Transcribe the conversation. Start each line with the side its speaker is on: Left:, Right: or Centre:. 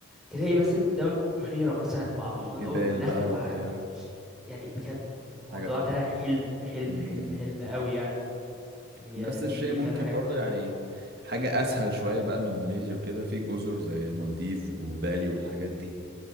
Centre: تلاقي مثلا قدامك بحيرة مثلا مع
Right: وجبال
Centre: خضار ونخل
Right: بقى
Centre: وح...
Right: وبتاع
Centre: يعني بجد الموضوع
Right: حاجة تحفة
Centre: ده حلم حلم
Right: م- م-
Centre: حلم حلم
Right: م.
Centre: قوي يعني يعني
Right: نفس
Centre: آه، دي
Right: الشيء
Centre: دي
Right: ممكن
Centre: فعلا حاجة في
Right: برضه
Centre: دماغي
Right: يعني حاجة أسهل شوية بقى من ماليزيا وكده في جزر زي المالديف وبالي والحاجات دي